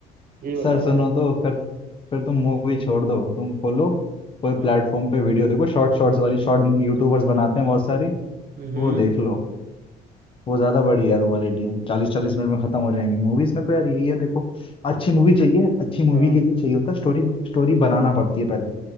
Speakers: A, on the right (about 55°); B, on the left (about 30°).
A: यही हो
B: सर
A: जाता
B: सुनो
A: है
B: तो फिर फिर तुम मूवी छोड़ दो तुम खोलो कोई
A: हाँ
B: प्लेटफॉर्म पे वीडियो देखो शॉर्ट शॉर्ट्स वाली शॉर्ट यूट्यूबर्स बनाते हैं बहुत सारी
A: हम्म
B: वो देख लो वो ज्यादा बढ़िया है तुम्हारे लिए चालीस चालीस मिनट में खत्म हो जाएंगी मूवीज में तो यार यही है देखो अच्छी मूवी चाहिए अच्छी मूवी
A: हाँ
B: के लिए चाहिए होता है स्टोरी स्टोरी बनाना पड़ती है पहले